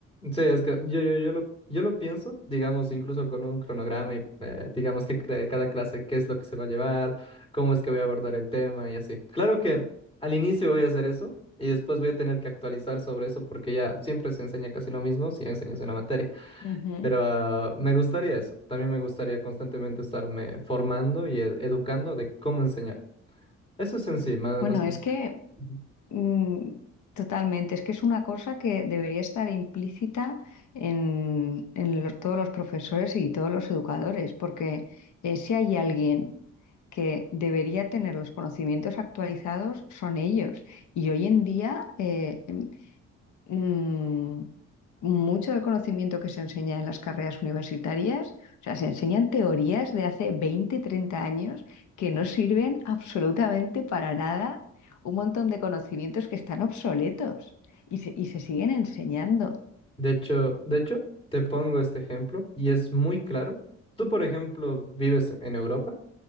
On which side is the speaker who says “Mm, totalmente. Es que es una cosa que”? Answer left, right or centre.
Left